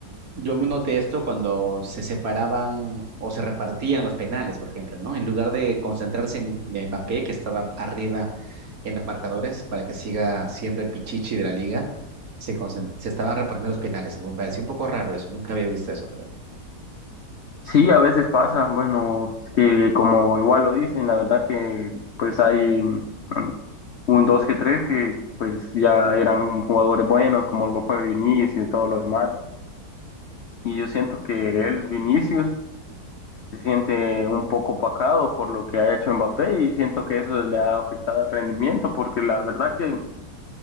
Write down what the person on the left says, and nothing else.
Sí, a veces pasa, bueno, es que como igual lo dicen, la verdad que pues hay mm, un dos que tres que pues ya eran jugadores buenos, como lo fue Vinicius y todo lo demás. Y yo siento que él, Vinicius, se siente un poco opacado por lo que ha hecho Mbappé y siento que eso le ha afectado el rendimiento, porque la verdad que en